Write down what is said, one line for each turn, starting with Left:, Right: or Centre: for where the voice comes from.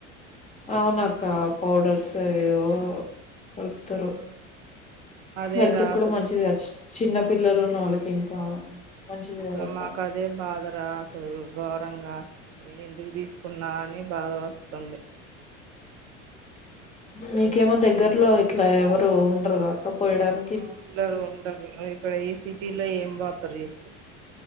Left: అవునాక్క పౌడర్స్ అవేవో కల్పతారు
Right: ఉమ్ అదేరా
Left: హెల్త్ కూడా
Right: అసలు
Left: మంచిది చిన్న పిల్లలు ఉన్న వాళ్ళకి ఇంకా మంచిది
Right: అసలా
Left: కాదక్క
Right: మాకాజ అదే బాధరా అసలు ఘోరంగా నేను ఎందుకు తీసుకున్నా అని బాధ వస్తుంది
Left: నీకేమో దగ్గరలో ఇట్లా ఎవరు ఉండరుగాక పోయడాన్
Right: ఆ ఉండరు ఉండరు ఇక్కడ ఇ సిటీలో ఏం బతారు చెప్పు